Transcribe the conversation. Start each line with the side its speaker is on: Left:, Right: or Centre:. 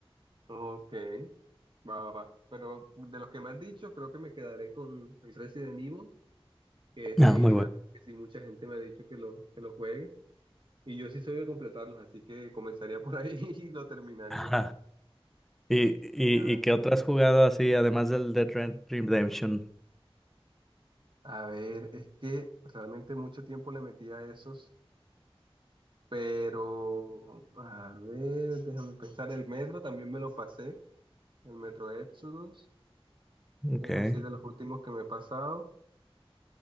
Right: Ok, va, va, va. Pero de los que me has dicho, creo que me quedaré con el Resident Evil, que sí,
Centre: Ah, muy bueno.
Right: la, que sí mucha gente me ha dicho que lo, que lo juegue. Y yo sí soy de completarlos, así que comenzaría por ahí <laughs> y lo terminaría.
Centre: Ajá. ¿Y, y,
Right: Me da,
Centre: y qué otras
Right: me da.
Centre: has jugado así, además del Dead Red Redemption?
Right: A ver, es que realmente mucho tiempo le metí a esos, pero a ver, déjame pensar. El Metro también me lo pasé, el Metro Exodus,
Centre: Okay.
Right: es así de los últimos que me he pasado.